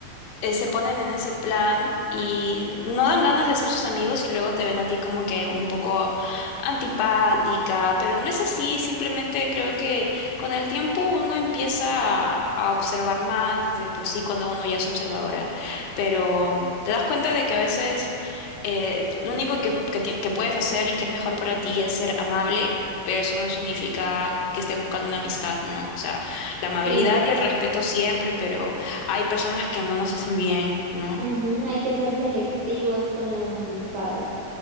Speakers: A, on the left; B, on the right.
A: eh, se ponen en ese plan y no dan ganas de ser sus amigos y luego te ven a ti como que un poco antipática, pero no es así, simplemente creo que con el tiempo uno empieza a, a observar más de por sí cuando uno ya es observadora, pero te das cuenta de que a veces eh, lo único que, que ti- que puedes hacer y que es mejor para ti es ser amable. Pero eso no significa que estés buscando una amistad, ¿no? O sea, la amabilidad
B: Sí, no.
A: y el respeto siempre, pero hay personas que no nos hacen bien, ¿no?
B: Ujú, Hay que ser selectivos con las amistades.